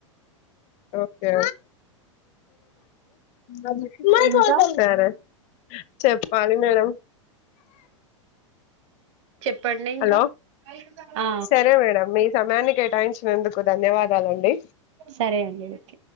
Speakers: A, on the left; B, on the right.
A: ఓకే ఓకే
B: ఇంకా
A: సరే చెప్పాలి మేడం
B: చెప్పండి ఇంకా
A: హలో
B: ఆ
A: సరే మేడం మీ సమయాన్ని కేటాయించినందుకు ధన్యవాదాలండి.
B: సరే అండి ఓకే